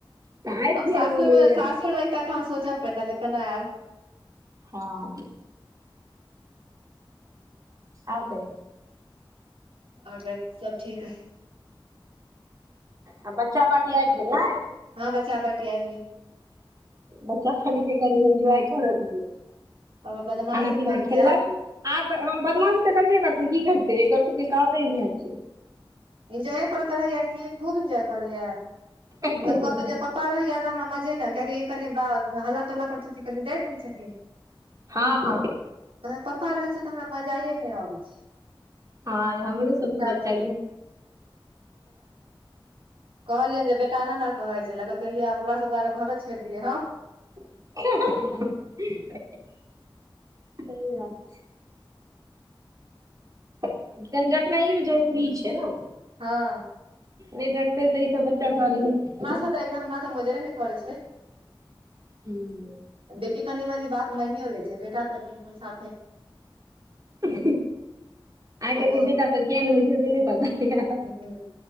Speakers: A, on the right; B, on the right.
A: तऽ आबि जायब
B: सासुरमे
A: मिलै लए
B: सासुर तऽ तह सोचऽ पैर तऽ जे केना आयब
A: हँ ह आब कहियौ
B: आओर बस सब ठीक ह
A: आ बच्चा पार्टी आबि गेल ने
B: हँ बच्चा पार्टी आबि गेल
A: बच्चा सब के कनि दिन एन्जॉय कर दीऔ
B: और बदमाशी
A: खाना पीना
B: करैया
A: खेलक आब तऽ बदमाशी तऽ करबे करतै की करतै एकर सबके कामे इएह छै
B: इन्जॉय करैत रहैया कि खूब इन्जॉय करेया
A: छै
B: कत पऽरहै रहैया तऽ हमरा मजे नहि आबै य कियाकि कनि ह्ला तल्ला कर कनिडट दै छथिन
A: हँ हँ
B: ओ पप्पा रहै छैय तऽ हमरा मजाइए नहि अबै छैय
A: हँ हमरो सबके बच्चा
B: कहत कहलियै जे बेटा एना ने कहै छै लगल गेलियै आब ओकरा सब दआरे घरे छोड़ि दियै हँ
A: <inaudible> सहि बात छै कनि डटनाइो जरूरी छै ने
B: हँ
A: नहि डटतेै तऽ ई सब बच्चा <inaudible>
B: म हमरा तऽ मजरे नहि करै छै
A: हूँ
B: बेटी कनि मनि बात मानओ लै छै बेटा तऽ साफे नय
A: आइ काइल
B: ओ
A: के बेटा सब केहेन होइ छै से नहि पता
B: हुँ